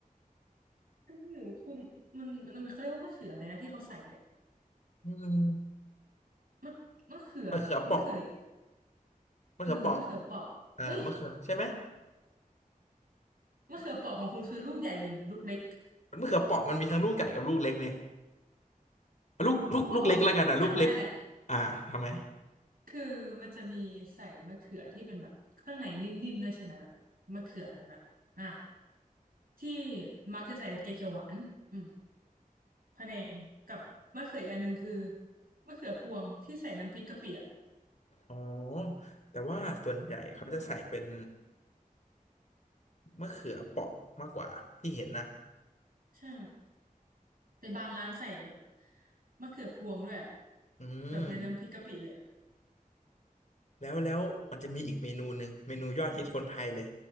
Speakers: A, on the right; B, on the left.
A: เออคุณมันมันมันเขาเรียกว่ามะเขืออะไรนะที่เขาใส่เนี่ย
B: อืม
A: มะมะเขือแบบมะเขือ
B: มะเขือเปราะมะเขือเปราะ
A: เออมะเขือเปราะเอ้ย
B: อ่ามะเขือใช่ไหม
A: มะเขือเปราะของคุณคือลูกใหญ่หรือลูกเล็ก
B: มะเขือเปราะมันมีทั้งลูกใหญ่กับลูกเล็กเนี่ยเอาลูกลูกลูกเล็กแล้วกันอ่ะลูกเล็ก
A: อ๋อจำได้แหละ
B: อ่าทำไม
A: คือมันจะมีใส่มะเขือที่เป็นแบบข้างในนิ่มๆด้วยใช่ไหมแบบมะเขือนั่นแหละอ่ะที่มักจะใส่ในแกงเขียวหวานอืมพะแนงกับมะเขืออีกอันหนึ่งคือมะเขือพวงที่ใส่น้ำพริกกะปิอ่ะ
B: อ๋อแต่ว่าส่วนใหญ่เขาจะใส่เป็น
A: อ๋อ
B: มะเขือเปราะมากกว่าที่เห็นนะ
A: ใช่แต่บางร้านใส่แบบมะเขือพวงด้วยอ่ะ
B: อืม
A: แบบในน้ำพริกกะปิเลยอ่ะ
B: แล้วแล้วมันจะมีอีกเมนูหนึ่งเมนูยอดฮิตคนไทยเลย